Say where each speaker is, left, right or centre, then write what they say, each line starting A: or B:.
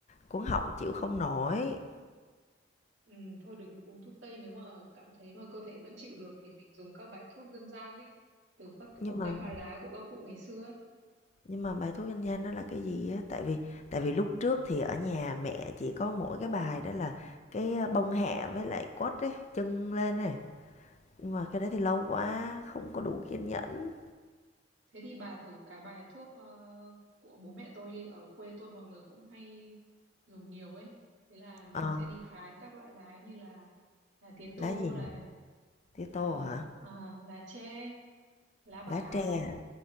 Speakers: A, on the left; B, on the right.
A: cuống họng chịu không nổi.
B: Ừ, thôi đừng uống thuốc tây nếu mà cảm thấy mà cơ thể vẫn chịu được thì mình dùng các bài thuốc dân gian ấy, từ các
A: Nhưng
B: cỏ
A: mà
B: cây hoa lá của các cụ ngày xưa ấy.
A: nhưng mà bài thuốc dân gian đó là cái gì á? Tại vì tại vì lúc trước thì ở nhà mẹ chỉ có mỗi cái bài đó là cái ờ, bông hẹ với lại quất ấy, chân lên này. Nhưng mà cái đấy thì lâu quá, không có đủ kiên nhẫn.
B: Thế thì bà thử cái bài thuốc ờ, của bố mẹ tôi đi, ở quê tôi mọi người cũng hay dùng nhiều ấy. Thế là mình
A: Ờ,
B: sẽ đi hái các loại lá như là là tía tô
A: lá gì
B: là
A: nhỉ? Tía tô
B: ờ,
A: hả?
B: ờ, lá tre, lá bạc
A: Lá
B: hà,
A: tre hả?